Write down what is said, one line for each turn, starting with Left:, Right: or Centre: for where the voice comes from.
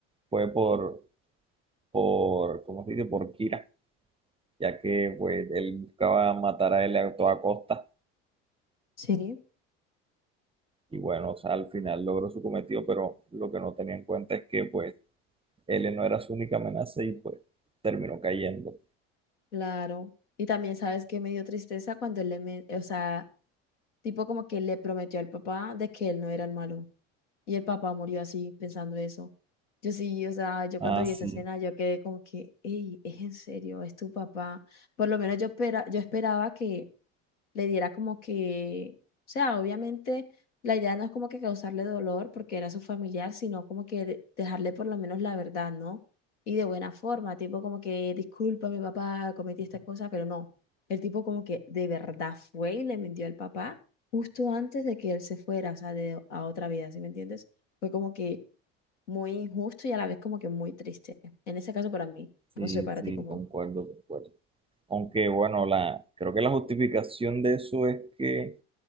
Right: fue por, por, ¿cómo se dice? Por Kira, ya que pues él buscaba matar a él a toda costa
Left: Sí,
Right: y bueno, o sea, al final logró su cometido, pero lo que no tenía en cuenta es que pues él no era su única amenaza y pues terminó cayendo.
Left: claro. Y también sabes que me dio tristeza cuando él le, men- o sea, tipo como que le prometió al papá de que él no era el malo. Y el papá murió así, pensando eso. Yo sí, o sea, yo
Right: Ah,
Left: cuando vi
Right: sí,
Left: esa escena, yo quedé como que, hey, es en serio, es tu papá. Por lo menos yo, espera, yo esperaba que, le diera como que, o sea, obviamente la idea no es como que causarle dolor porque era su familiar, sino como que de- dejarle por lo menos la verdad, ¿no? Y de buena forma, tipo como que, disculpa, mi papá, cometí esta cosa, pero no. El tipo como que de verdad fue y le mintió al papá justo antes de que él se fuera, o sea, de, a otra vida, ¿sí me entiendes? Fue como que muy injusto y a la vez como que muy triste. En ese caso para mí,
Right: sí,
Left: no sé para
Right: sí,
Left: ti cómo.
Right: concuerdo, concuerdo. Aunque bueno, la, creo que la justificación de eso es que